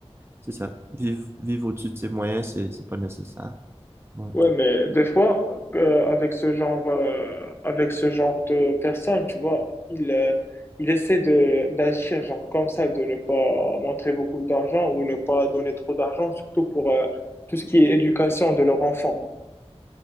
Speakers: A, on the right; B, on the left.
A: c'est ça. Vivre, vivre au-dessus de ses moyens, c'est, c'est pas nécessaire. Ouais.
B: Ouais, mais des fois, euh, avec ce genre, euh, avec ce genre de personnes, tu vois, il euh, ils essaient de d'agir genre comme ça, de ne pas montrer beaucoup d'argent ou ne pas donner trop d'argent, surtout pour euh, tout ce qui est éducation de leur enfant.